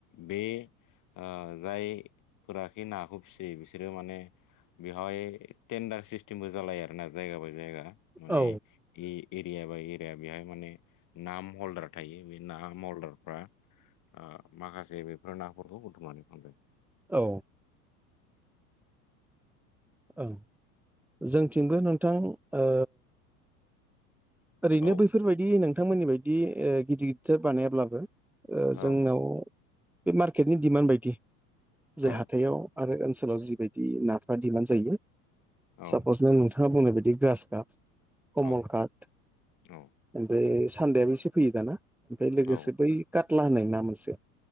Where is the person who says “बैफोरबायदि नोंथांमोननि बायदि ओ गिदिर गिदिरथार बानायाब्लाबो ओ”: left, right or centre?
Centre